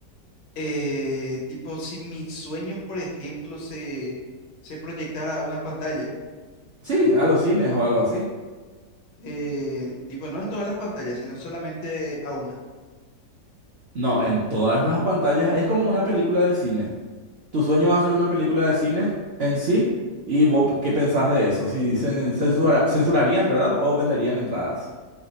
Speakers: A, on the left; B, on the right.
A: Eh, tipo, si mi sueño, por ejemplo, se, se proyectara a una pantalla.
B: Sí, a los cines o algo así.
A: eh, tipo, no en todas las pantallas, sino solamente a una.
B: No, en todas las pantallas es como una película de cine. Tu sueño va a ser una película de cine en sí. ¿Y vos qué pensás de eso? Si cen- censura- censurarían, ¿verdad? ¿O venderían entradas?